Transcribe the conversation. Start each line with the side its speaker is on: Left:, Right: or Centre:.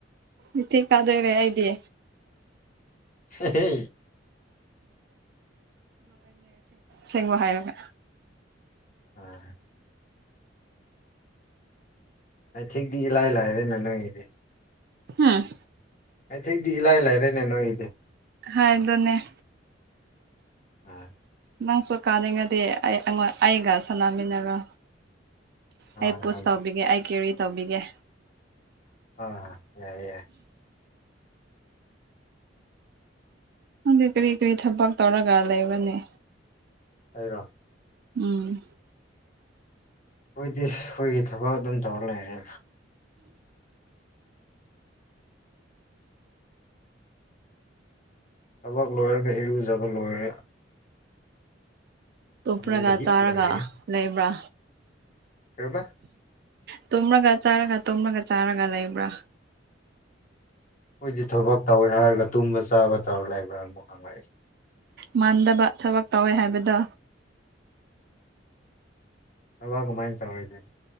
Right: ꯏ ꯊꯤ ꯀꯥꯗꯣꯏꯔꯦ ꯍꯥꯏꯗꯤ
Left: ꯁꯦꯍꯦ
Right: ꯁꯤꯃ ꯍꯥꯏꯔꯒ
Left: ꯑꯥ ꯑꯩ ꯊꯤꯛꯇꯤ ꯏꯂꯥꯏ ꯂꯥꯏꯔꯦ ꯅ ꯅꯣꯏꯒꯤꯗꯤ
Right: ꯍꯥꯝ
Left: ꯑꯩꯊꯦꯛꯛꯇꯗꯤ ꯏꯂꯥꯏ ꯂꯥꯏꯔꯅꯦ ꯅꯣꯏꯒꯤꯗꯤ
Right: ꯍꯥ ꯏꯗꯅꯦꯦ
Left: ꯎꯝ
Right: ꯅꯪꯁꯨ ꯀꯥꯅꯤꯡꯉꯗꯤ ꯑꯩ ꯑꯩꯒ ꯁꯥꯟꯅꯃꯤꯟꯅꯔ
Left: ꯍꯣꯏ
Right: ꯑꯩ ꯄꯨꯁ
Left: ꯍꯣꯏ
Right: ꯇꯧꯕꯤꯒꯦ ꯑꯩ ꯀꯦꯔꯤ ꯇꯧꯕꯤꯒꯦ
Left: ꯑ ꯌꯥꯏꯌꯦ ꯌꯥꯏ
Right: ꯈꯪꯗꯦ ꯀꯔꯤ ꯀꯔꯤ ꯊꯕꯛ ꯇꯧꯔꯒ ꯂꯩꯕꯅꯤ
Left: ꯍꯥꯏꯔꯣ
Right: ꯎꯝ
Left: ꯑꯩꯈꯣꯏꯗꯤ ꯑꯩꯈꯣꯏꯒꯤ ꯊꯕꯛ ꯑꯗꯨꯝ ꯇꯧꯔ ꯂꯩꯔꯦ ꯊꯕꯛ ꯂꯣꯏꯔꯒ ꯏꯔꯨꯖꯕ ꯂꯣꯏꯔꯦ
Right: ꯇꯨꯞꯔꯒ
Left: ꯐꯃꯨꯡꯗ ꯍꯤꯞ
Right: ꯆꯥꯔꯒ
Left: ꯂꯩꯔꯦ
Right: ꯂꯩꯕ꯭ꯔꯥ
Left: ꯀꯕꯥ
Right: ꯇꯣꯝꯔꯒ ꯆꯥꯔꯒ ꯇꯣꯃꯔꯒ ꯆꯥꯔꯒ ꯂꯩꯕ꯭ꯔꯥ
Left: ꯑꯩꯈꯣꯏꯗꯤ ꯊꯕꯛ ꯇꯧꯋꯦ ꯍꯥꯏꯔꯒ ꯇꯨꯝꯕ ꯆꯥꯕ ꯇꯧꯔ ꯂꯩꯕ꯭ꯔꯥꯅꯨꯛ ꯍꯪꯉꯛꯏ
Right: ꯃꯥꯟꯗꯕ ꯊꯕꯛ ꯇꯧꯋꯦ ꯍꯥꯏꯕꯗ
Left: ꯊꯕꯥ ꯀꯃꯥꯏꯅ ꯇꯧꯔꯤꯁꯦ